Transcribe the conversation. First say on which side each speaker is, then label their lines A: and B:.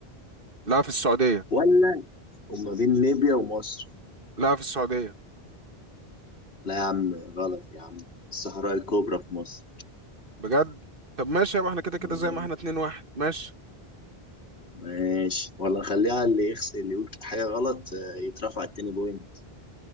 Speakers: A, on the right; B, on the left.
A: لا في السعوديه
B: ولا وما بين ليبيا ومصر
A: لا في السعوديه
B: لا يا عم غلط يا عم الصحراء الكبرى في مصر
A: بجد طب ماشي يابا احنا كده كده
B: آه،
A: زي ما احنا اتنين واحد ماشي
B: ماشي ولا نخليها اللي يخس اللي يقول حاجة غلط آه، يترفع التاني بوينت